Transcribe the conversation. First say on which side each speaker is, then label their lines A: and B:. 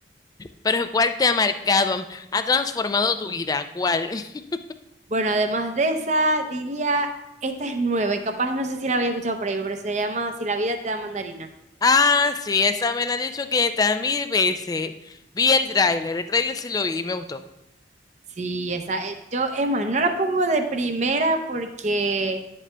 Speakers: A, on the left; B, on the right.
A: Pero ¿cuál te ha marcado? am- Ha transformado tu vida. ¿Cuál? <laughs>
B: Bueno, además de esa, diría, esta es nueva y capaz no sé si la había escuchado por ahí, pero se llama Si la vida te da mandarina.
A: Ah, sí, esa me la han dicho 500 mil veces. Vi el tráiler, el tráiler sí lo vi y me gustó.
B: Sí, esa. eh, Yo, es más, no la pongo de primera porque...